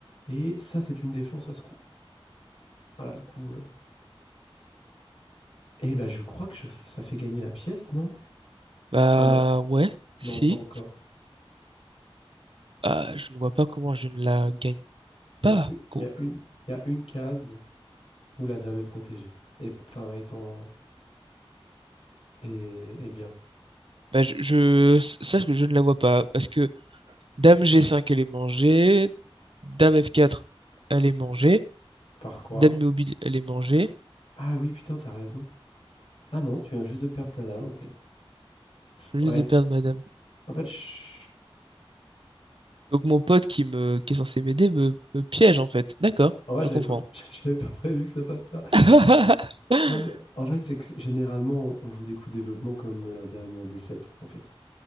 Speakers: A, on the left; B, on the right.
A: Et ça, c'est une défense à ce coup. Voilà, le coup. euh. Eh ben, je crois que je f- ça fait gagner la pièce, non?
B: bah
A: Ah non,
B: ouais, si.
A: non, pas encore.
B: Ah, je ne vois pas comment je ne la gagne
A: Il
B: pas.
A: y a, u-
B: Co-
A: il y a une, il y a une case où la dame est protégée. Et, enfin, étant. Et, et bien,
B: Bah, je, je, sache que je ne la vois pas. Parce que Dame G5, elle est mangée. Dame F4, elle est mangée.
A: par quoi?
B: Dame mobile, elle est mangée.
A: Ah oui, putain, t'as raison. Ah non, tu viens juste de perdre ta dame, en fait.
B: Je
A: Ouais,
B: viens juste de
A: c'est-
B: perdre ma dame.
A: en fait, je-
B: Donc mon pote qui me, qui est censé m'aider me, me piège en fait. D'accord,
A: en vrai,
B: je
A: j'avais
B: comprends.
A: pas... <laughs> j'avais pas prévu que ça fasse ça.
B: <laughs>
A: Non, mais en fait, c'est que généralement, on joue des coups de développement comme la dame en d sept en fait.